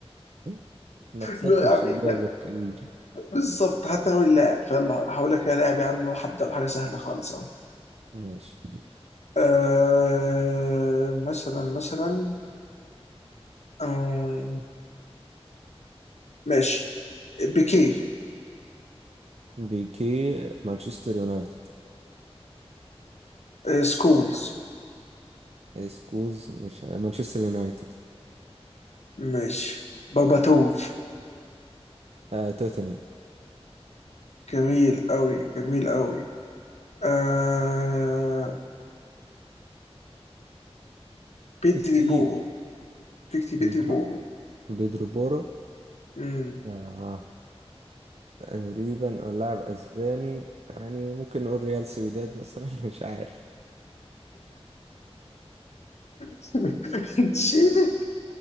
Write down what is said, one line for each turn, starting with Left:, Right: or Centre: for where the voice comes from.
Right: <laughs> ما خسرتش
Left: لا يا عم
Right: الجايزة
Left: إيه ده؟
Right: الكبيرة
Left: بالظبط حتى لو اللاعب فيلا هقول لك يا لاعب يا عم وهبدا بحاجه سهله خالص اهو
Right: ماشي
Left: آه، مثلا مثلا آه، ماشي بيكي
Right: بيكي مانشستر يونايتد
Left: آه، سكولز
Right: سكولز مش مانشستر يونايتد
Left: ماشي باباتوف
Right: آه توتنهام
Left: جميل أوي جميل أوي آه... بدري
Right: كتير
Left: بوبو فيكتي بدري
Right: بيدرو
Left: بوبو
Right: بيدرو بورو
Left: مم.
Right: آه تقريبا آه، لاعب اسباني يعني ممكن نقول ريال سويداد مثلا <laughs> مش عارف
Left: <laughs> تشيلك